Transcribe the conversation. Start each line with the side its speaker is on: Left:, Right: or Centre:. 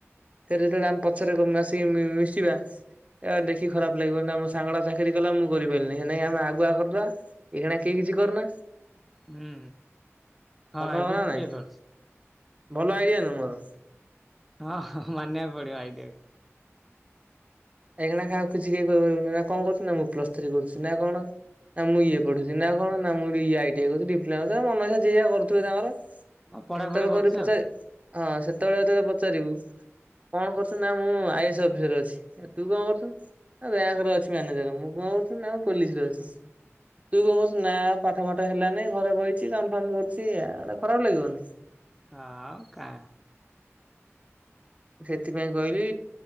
Right: ଫେରେ ଯେତେବେଳେ ଆମେ ପଛରେ ମା ଆସିକି ମିଶିବା ଏଆ ଦେଖିକି ଖରାପ ଲାଗିବ ନା ମୋ ସାଙ୍ଗାଟା ଚାକିରି କଲା ମୁଁ କରି ପାରିଲିନି ସେଇ ଲାଗି ଆମେ ଆଗୁଆ କରଦବା। ଏଇଖଣା କେଇ କିଛି କରନା।
Centre: ହୁଁ ହଁ
Right: ଭଲ ହବ
Centre: ଏବେ
Right: ନା
Centre: କିଏ
Right: ନାଇଁ
Centre: କରଛି?
Right: ଭଲ ଆଇଡିଆ ନୁଏ ମୋର।
Centre: ହଁ-ହଁ ମାନିଆକୁ ପଡିଅ ଆଇଡ଼ିଆ <unintelligible>
Right: ଏଇଖିଣା କାହାକୁ କିଛି କେହି କହି ପାରିବୁନି ନା କଣ କରୁଚୁ ନା ମୁଁ ପ୍ଲସ୍ ଥ୍ରୀ କରୁଚି ନା କଣ। ନା ମୁଁ ଇଏ ପଢୁଛି ନା କଣ ନା ମୁଁ <unintelligible> ଆଇଟିଆଇ ଡିପ୍ଲୋମା ମନଇଚ୍ଛା ଯିଏ ଯା କରୁଥିବେ ତାଙ୍କର।
Centre: ହଁ ପଢାପଢି
Right: ହେତେଅଳୁ
Centre: କରୁଛି
Right: କରୁ <unintelligible>
Centre: ଆଉ
Right: ହଁ ସେତେବେଳେ ଯେତେବେଳେ ପଚାରିବୁ କଣ କରୁଚ ନା ମୁଁ ଆଇଏସ୍ ଅଫିସର୍ ଅଛି। ତୁ କଣ କରୁଚୁ ବ୍ୟାଙ୍କ୍ ରେ ଅଛି ମ୍ୟାନେଜର ମୁଁ କଣ କରୁଚୁ ନା ମୁଁ ପୋଲିସ୍ ରେ ଅଛି। ତୁ କଣ କରୁଛୁ ନା ପାଠ ପାଠ ହେଲାନି ଘରେ ବଇଚି କାମ ଫାମ କରୁଚି ଏୟା ଗୋଟେ ଖରାପ ଲାଗିବନି?
Centre: ଅ କା
Right: ସେଥିପାଇଁ କଇଲି